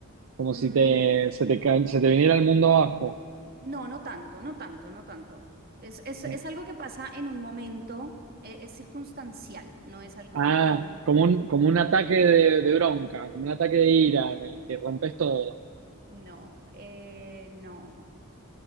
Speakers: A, on the right; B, on the right.
A: como
B: Mm,
A: si te, se te, ca- se te viniera el mundo abajo.
B: no, no tanto, no tanto, no tanto. Es, es,
A: Eh,
B: es algo que pasa en un momento, eh, es circunstancial, no es algo
A: Ah,
B: como...
A: como un, como
B: Sí,
A: un ataque de, de bronca, como un ataque de ira en el que rompes todo.
B: no, eh, no.